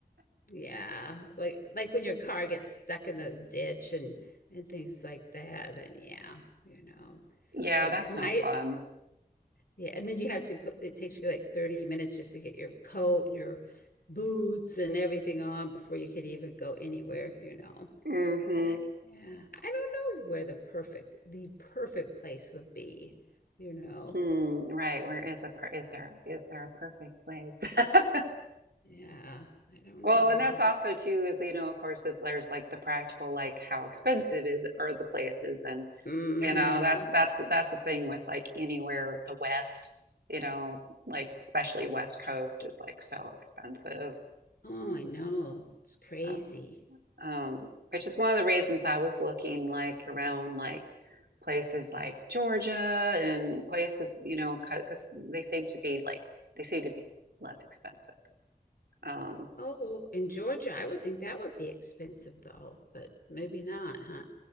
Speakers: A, on the left; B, on the right.
A: Yeah, like like when your car gets stuck in the ditch and and things like that. Then yeah, you know.
B: Yeah,
A: But
B: that's
A: it's nice.
B: not fun.
A: Yeah, and then you have to put it takes you like 30 minutes just to get your coat and your boots and everything on before you can even go anywhere, you know.
B: hmm
A: But I, yeah, I don't know where the perfect, the perfect place would be, you know.
B: Hmm. Right. Where is the per is there is there a perfect place? <laughs>
A: Yeah, I don't
B: Well,
A: know.
B: and that's also too is you know of course is there's like the practical like how expensive is are the places and.
A: hmm
B: You know, that's that's that's the thing with like anywhere the West, you know, like especially West Coast is like so expensive.
A: Oh, I know. It's crazy.
B: Um, um, which is one of the reasons I was looking like around like places like Georgia and places, you know, because they seem to be like they seem to be less expensive. Um,
A: Oh, in Georgia, I would think that would be expensive though, but maybe not, huh?